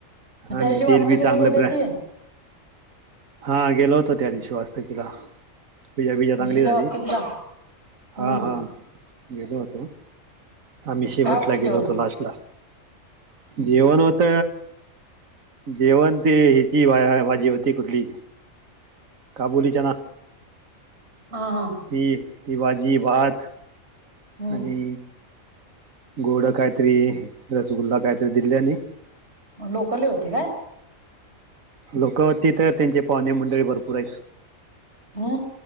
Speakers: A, on the right; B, on the right.
A: मग त्यादिवशी
B: आणि तेल
A: वास्तुकीला
B: बी चांगलं
A: गेल्याशी
B: ब्रॅ हा गेलो होतो त्या दिवशी वास्तूकीला पूजा बीजा चांगली
A: निशीच्या
B: झाली.
A: वास्तुकीला हम्म
B: हां हां गेेलो होतो. आम्ही शेवटला
A: काय होतं जेवण
B: गेलो होतो लास्टला. जेवण होत जेवण ते हेची भाजी होती कुठली काबूली चना
A: हा हा.
B: ती, ती भाजी, भात
A: हम्म
B: आणि गोड कायतरी रसगुल्ला काहीतरी दिल्यानी
A: मग लोक लई होती काय?
B: लोक होती तर त्यांचे पाहणे मंडळी भरपूर आहेत.
A: हा.